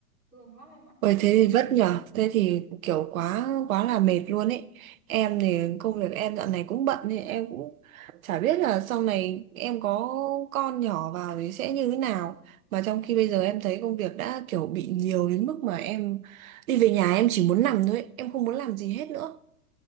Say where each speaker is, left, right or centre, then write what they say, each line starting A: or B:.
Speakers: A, on the right; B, on the right.
A: thương lắm em ạ
B: Ôi thế thì vất nhở Thế thì kiểu quá quá là mệt luôn ấy Em
A: ừ.
B: thì công việc em dạo này cũng bận thì em cũng chả biết là sau này em có con nhỏ vào thì sẽ như thế nào Mà trong
A: Ừ.
B: khi bây giờ em thấy công việc đã kiểu bị nhiều đến mức mà em đi về nhà em chỉ muốn nằm thôi ấy. Em không muốn làm
A: Ừ.
B: gì hết nữa